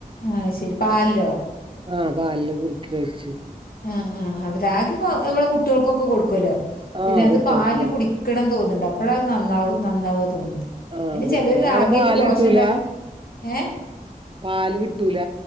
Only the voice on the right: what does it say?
ആഹ് പാൽല് കുറുക്കി കഴിച്ച്
ആ
കുട്ടികൾക്ക്
കൊടുക്കും
ആ
കുടിക്ക
അവിടെ പാല്
കിട്ടൂല
പാല് കിട്ടൂല